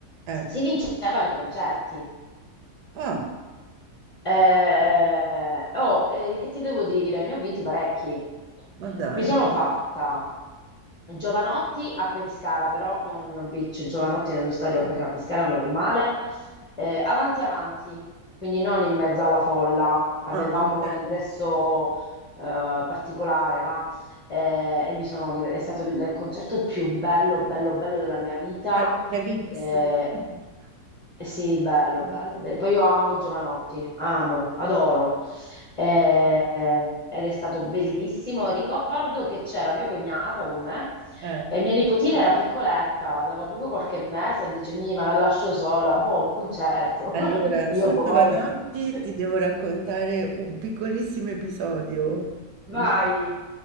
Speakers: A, on the right; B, on the left.
A: Eh.
B: si vincevano i concerti.
A: Ah,
B: Eh, oh, eh, che ti devo dire? Ne ho vinti parecchi.
A: ma dai.
B: Mi sono fatta Giovanotti a Pescara, però non a Beach, Giovanotti nello stadio a a Pescara normale, eh, avanti avanti, quindi non in mezzo alla folla. Avevamo
A: Ah, ok.
B: l'ingresso eh, particolare, va? Eh, e mi sono div- è stato il concerto più bello, bello, bello della mia vita.
A: Palestra Vips.
B: Eh,
A: <laughs>
B: eh Sì, bello, bello, bello. Poi io amo Giovanotti, amo, adoro. Eh, eh, ed è stato bellissimo. Ricordo che c'era mia cognata con me
A: Eh,
B: e mia nipotina era piccoletta, aveva proprio qualche mese, e dice, mi, ma la lascio sola, boh, un concerto.
A: Allora,
B: <laughs> Io
A: su
B: poi,
A: Giovanotti
B: <laughs>
A: ti devo raccontare un piccolissimo episodio.
B: vai.
A: mio.